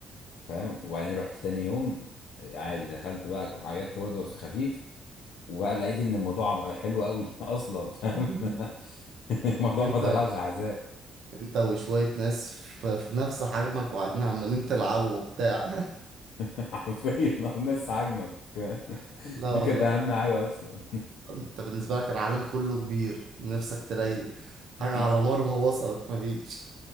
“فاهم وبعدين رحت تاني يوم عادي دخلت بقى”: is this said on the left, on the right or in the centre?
Left